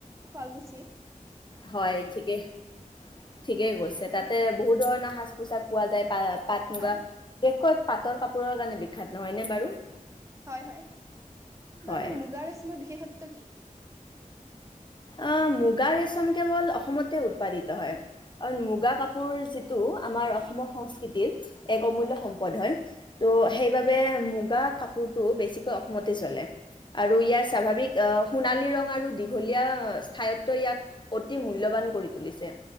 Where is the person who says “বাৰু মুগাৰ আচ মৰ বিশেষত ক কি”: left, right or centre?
Right